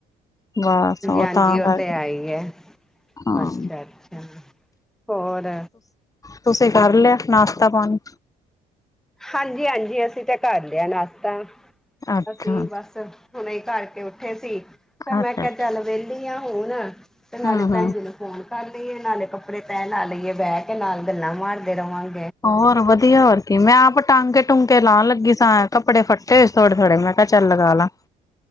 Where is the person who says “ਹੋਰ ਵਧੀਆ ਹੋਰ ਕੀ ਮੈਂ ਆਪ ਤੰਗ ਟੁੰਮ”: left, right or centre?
Left